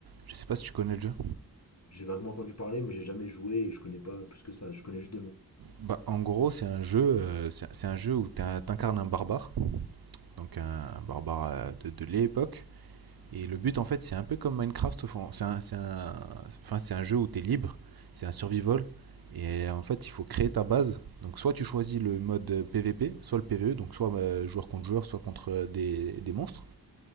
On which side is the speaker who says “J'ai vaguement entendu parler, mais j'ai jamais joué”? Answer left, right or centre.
Left